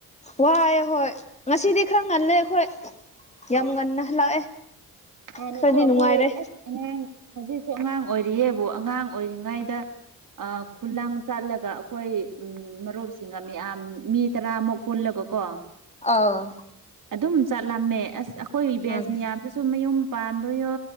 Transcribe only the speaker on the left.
ꯋꯥꯏ ꯍꯣꯏ ꯉꯁꯤꯗꯤ ꯈꯔ ꯉꯜꯂꯦ ꯑꯩꯈꯣꯏ ꯌꯥꯝ
ꯉꯟꯅ ꯍꯜꯂꯛꯑꯦ
ꯈꯔꯗꯤ
ꯅꯨꯡꯉꯥꯏꯔꯦ
ꯑꯥꯎ
ꯎꯝ